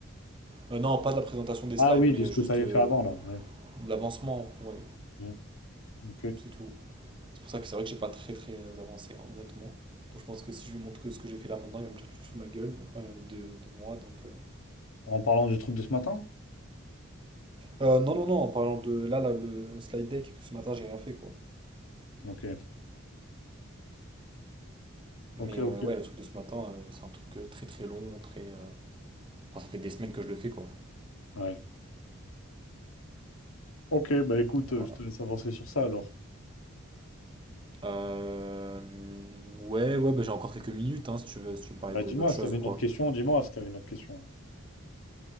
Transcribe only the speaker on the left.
Ah
oui,
de ce que
tu avais
fait avant là, ouais.
Mm, ok.
En parlant du truc de ce matin?
Ok,
ok, ok.
Ouais. Ok, bah écoute,
euh,
je te laisse avancer sur ça alors.
Bah
dis-moi
si t'avais
une
autre question, dis-moi si t'avais une autre question.